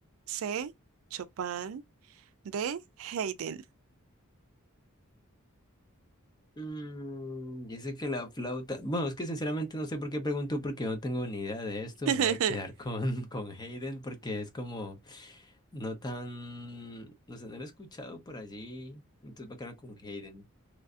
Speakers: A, on the right; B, on the left.
A: C, Chopin, D, Haydn.
B: Mm, yo sé que la flauta. Bueno, es que sinceramente no sé por qué pregunto, porque yo no tengo ni idea de esto.
A: <laughs>
B: Me voy a quedar con, <laughs> con Hayden, porque es como no tan. No sé, no lo he escuchado por allí. Entonces va a quedar con Hayden.